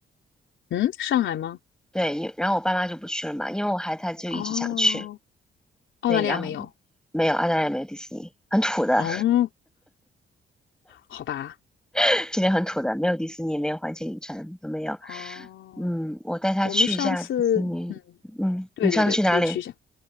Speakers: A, on the left; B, in the centre.
A: 嗯，上海吗？
B: 对，因然后我爸妈就不去了嘛，因为我孩子他就一直想去，
A: 哦，澳大利亚没有。
B: 对，然后没有，澳大利亚没有迪士尼，很土的，
A: 哦，好吧。
B: <laughs> 这边很土的，没有迪士尼，没有环球影城都没有，
A: 哦，
B: 嗯，我带他去一下迪士尼，
A: 我们上次，嗯，
B: 嗯，
A: 对对对，
B: 你上次去哪里？
A: 可以去一下，